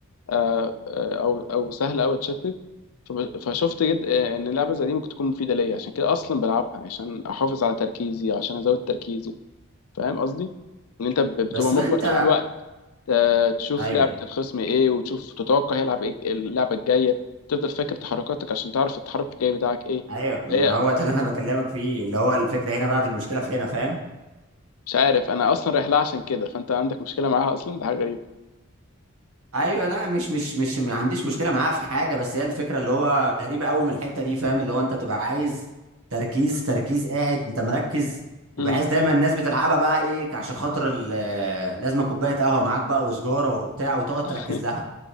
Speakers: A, on the left; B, on the right.
A: آه آه، او او سهل قوي اتشتت فب- فشفت جد آه، ان اللعبه زي دي ممكن تكون مفيده ليا عشان كده اصلا بلعبها عشان احافظ على تركيزي عشان ازود تركيزي فاهم قصدي ان انت ب- بتبقى
B: بس
A: مجبر
B: بقى انت
A: طول الوقت ت- تشوف
B: ايوه
A: لعبة الخصم ايه وتشوف تتوقع هيلعب ايه اللعبة الجاية تفضل فاكر تحركاتك عشان تعرف التحرك الجاي بتاعك ايه
B: ايوه ما
A: هي
B: هو ده اللي انا بكلمك فيه اللي هو الفكره هنا بقى في المشكله في هنا فاهم
A: مش عارف انا اصلا رايح لها عشان كده فانت عندك مشكلة معاها اصلا ده حاجة غريبة
B: ايوه لا مش مش مش ما عنديش مشكله معاه في حاجه بس هي الفكره اللي هو غريبه قوي من الحته دي فاهم اللي هو انت بتبقى عايز تركيز تركيز قاعد انت مركز وبحيث
A: امم
B: دايما الناس بتلعبها بقى ايه عشان خاطر ال- لازم كوبايه قهوه معاك بقى وسجاره وبتاع وتقعد تركز
A: <laughs>
B: لها